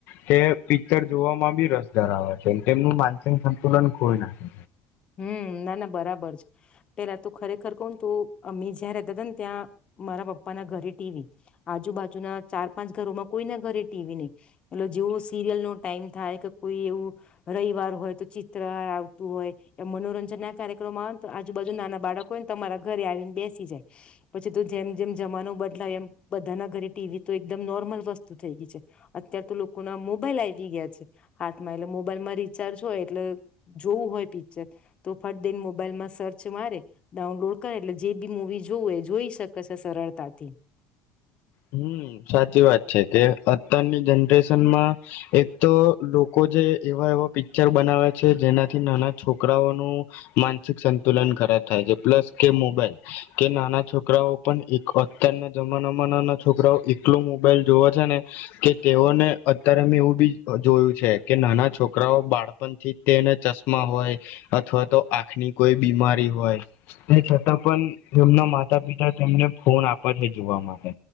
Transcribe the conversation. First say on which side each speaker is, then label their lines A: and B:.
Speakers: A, on the left (about 65°); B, on the left (about 30°).
A: તે પિક્ચર જોવામાં બી રસ ધરાવે છે તેમનું માનસિક સંતુલન ખઈ નાખ છે
B: હમ ના ના બરાબર છે પેલા તો ખરેખર કહ તોું અમે જ્યાં રહેતા હતા ને ત્યાં મારા પપ્પા ના ઘરે ટીવી આજુબાજુ ના ચાર પાંચ ઘરોમાં કોઈના ઘરે ટીવી નહી એટલે જેવો સિરિયલ નો ટાઈમ થાય કે કોઈ એવું રવિવાર હોય તો ચિત્ર આવતું હોય એ મનોરંજન ના કાર્યક્રમો આવેય ને તો આજુબાજુ નાના બાળકો હોય ને તમારા ઘરે આવીને બેસી જાય પછી તો જેમ જેમ જમાનો બદલાવે એમ બધાના ઘરે ટીવી તો એકદમ નોર્મલ વસ્તુ થઈ ગઈ છે અત્યાર તો લોકો ના મોબાઈલ આવી ગયા છે હાથમાં એટલે મોબાઈલમાં રિચાર્જ હોય એટલે જોવું હોય પી તો ફરદેન મોબાઈલમાં સર્ચ મારે ડાઉનલોડ કરે એટલે જે બી મુવી જોવું એ જોઈ શકે છે સરળતાથી
A: હમ સાચી વાત છે કે અત્યારની જનરેશનમાં એક તો લોકો જે એવા એવા પિક્ચર બનાવે છે જેનાથી નાના છોકરાઓનું માનસિક સંતુલન ખરાબ થાય છે પ્લસ કે મોબાઈલ કે નાના છોકરાઓ પણ અત્યારના જમાનામાં ના છોકરાઓ એટલો મોબાઈલ જોવા છે ને કે તેઓને અત્યારે મેં એવું બી જોયું છે કે નાના છોકરાઓ બાળપણ થી તેને ચશ્મા હોય અથવા તો આંખની કોઈ બીમારી હોય તે છતાં પણ એમના માતા પિતા તેમને ફોન આપે છે જોવા માટે